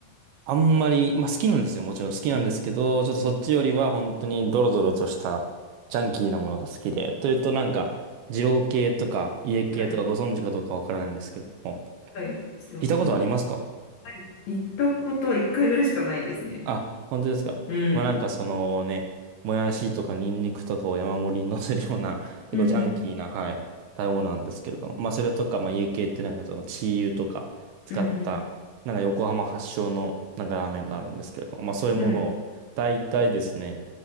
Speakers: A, on the right; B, on the left.
A: あんまり、まあ好きなんですよ。もちろん好きなんですけど、ちょっとそっちよりは本当にドロドロとしたジャンキーなものが好きで、というとなんか、二郎系とか家系とかご存知かどうかわからないんですけども、
B: はい、はい、知ってます、
A: 聞いたことありますか
B: 知ってます。はい、行ったことは一回ぐらいしかないですね。
A: あ、本当ですか。
B: うん。
A: まあなんかそのね、もやしとかニンニクとかを山盛りに乗せるような、<laughs> 結構ジャンキーな、
B: うんうん。
A: はい、食べ物なんですけれども。まあそれとか、まあ家系ってなんかそのチー油とか使った、
B: うん
A: なんか横浜発祥のなんかラーメンがあるんですけれども、まあそういうものを、
B: うんはい。
A: 大体ですね、